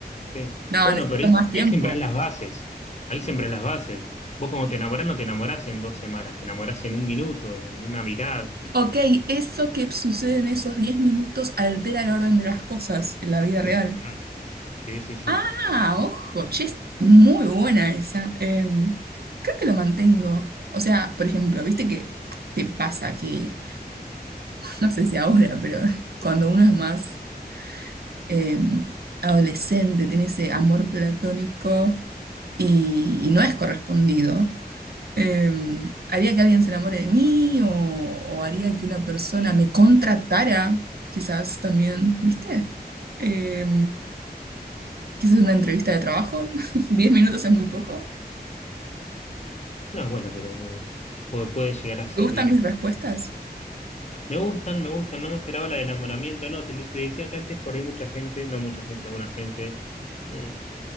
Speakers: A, on the left (about 40°); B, on the right (about 65°).
A: Sí.
B: No,
A: Bueno,
B: necesito
A: pero ahí,
B: más tiempo.
A: ahí sembrás las bases. Ahí sembrás las bases. Vos como te enamorás, no te enamorás en dos semanas, te enamorás en un minuto, en una mirada,
B: Ok, eso que sucede en esos 10 minutos altera el orden de las cosas en la vida real.
A: pero claro. Sí, sí, sí.
B: Ah, ojo, che, es muy buena esa. Eh, creo que lo mantengo. O sea, por ejemplo, viste que te pasa que, no sé si ahora, pero cuando uno es más eh, adolescente, tiene ese amor platónico y, y no es correspondido, eh, haría que alguien se enamore de mí o, o haría que una persona me contratara, quizás también, ¿viste? Eh, quizás una entrevista de trabajo, <laughs> 10 minutos es muy poco.
A: No, bueno, pero eh, puede, puede llegar a servir.
B: ¿Te gustan mis respuestas?
A: Me gustan, me gustan, no me esperaba la de enamoramiento, no, te, te decía que antes por ahí mucha gente, no mucha gente, alguna gente, eh,